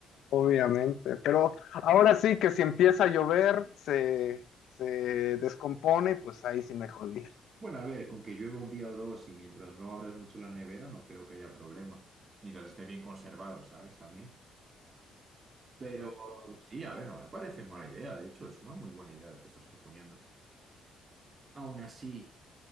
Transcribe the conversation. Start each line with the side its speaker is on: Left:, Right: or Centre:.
Left: obviamente, pero ahora sí que si empieza a llover se, se descompone y pues ahí sí me jodí.
Right: Bueno, a ver, con que llueva un día o dos y mientras no abras mucho la nevera, no creo que haya problema. Mientras esté bien conservado, ¿sabes? También. Pero sí, a ver, no me parece mala idea. De hecho, es una muy buena idea lo que estás proponiendo. Aún así,